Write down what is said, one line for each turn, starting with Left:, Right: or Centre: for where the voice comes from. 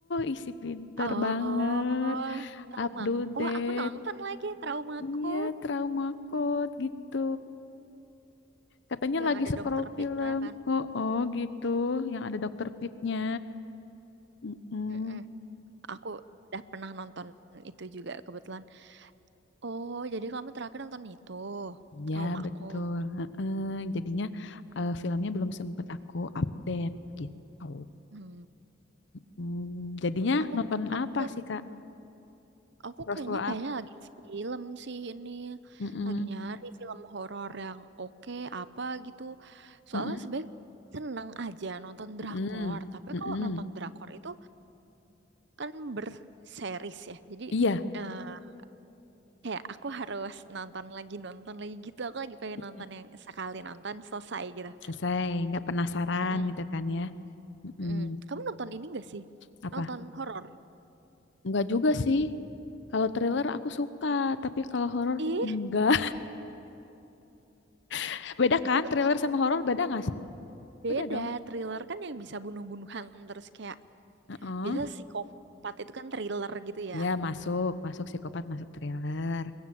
Left: isi pinter
Right: Oh,
Left: banget
Right: trauma.
Left: update
Right: Oh, aku nonton lagi trauma
Left: iya
Right: code
Left: trauma code gitu katanya
Right: yang
Left: lagi
Right: ada
Left: scroll
Right: dokter
Left: film
Right: Pitra kan.
Left: oh oh gitu yang ada dokter Pitnya mm
Right: Mm-mm. Aku udah pernah nonton itu juga kebetulan. Oh, jadi kamu terakhir nonton itu
Left: Iya
Right: trauma
Left: betul.
Right: code.
Left: Heeh, Jadinya eh, filmnya belum sempat aku update gitu.
Right: Hmm.
Left: Hmm, jadinya
Right: Aku
Left: nonton
Right: aku
Left: apa sih Kak?
Right: aku
Left: Bioskop
Right: kayaknya
Left: apa?
Right: banyak lagi film sih ini.
Left: Mm-mm,
Right: Lagi nyari film horor yang oke apa gitu. Soalnya
Left: mm-mm,
Right: sebenernya seneng aja nonton drakor,
Left: mm-mm,
Right: tapi
Left: mm-mm.
Right: kalau nonton drakor itu kan berseries ya. Jadi
Left: Iya,
Right: eh, kayak aku harus nonton lagi nonton lagi gitu. Aku lagi pengen
Left: iya.
Right: nonton yang sekali nonton selesai gitu.
Left: Selesai. Nggak penasaran
Right: Mm-mm.
Left: gitu kan ya? Mm-mm.
Right: Mm. Kamu nonton ini gak sih?
Left: Apa?
Right: Nonton horor?
Left: Nggak juga sih. Kalau thriller aku suka, tapi kalau horor
Right: Ih,
Left: enggak. <laughs> Beda
Right: aku
Left: kan?
Right: nggak-
Left: Thriller sama horor beda nggak sih?
Right: beda.
Left: Beda dong.
Right: Thriller kan yang bisa bunuh-bunuhan terus kayak
Left: Heeh.
Right: biasa psikopat itu kan thriller gitu ya.
Left: Iya masuk, masuk psikopat masuk thriller.